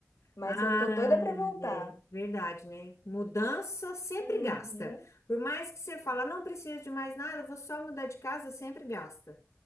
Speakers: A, on the left (about 90°); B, on the left (about 70°).
A: Mas
B: ah,
A: eu tô doida pra voltar.
B: é verdade, né? Mudança sempre
A: Uhum.
B: gasta. Por mais que você fala, não preciso de mais nada, vou só mudar de casa, sempre gasta.